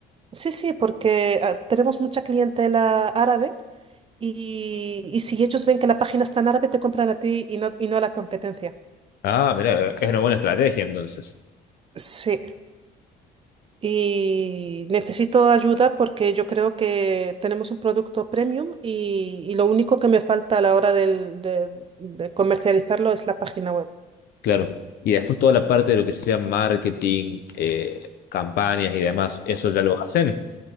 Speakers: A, on the right; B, on the left.
A: Sí, sí, porque ah, tenemos mucha clientela árabe y, y si ellos ven que la página está en árabe, te compran a ti y no, y no a la competencia.
B: Ah, mira, es una buena estrategia entonces.
A: Sí. Y necesito ayuda porque yo creo que tenemos un producto premium y, y lo único que me falta a la hora del- de, de comercializarlo es la página web.
B: Claro. Y después toda la parte de lo que sea marketing, eh, campañas y demás, ¿eso ya lo hacen?